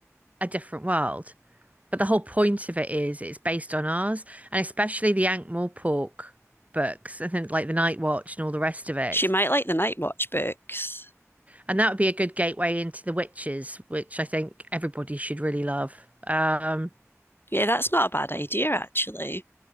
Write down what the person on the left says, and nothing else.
She might like the Night Watch books.
Yeah, that's not a bad idea, actually.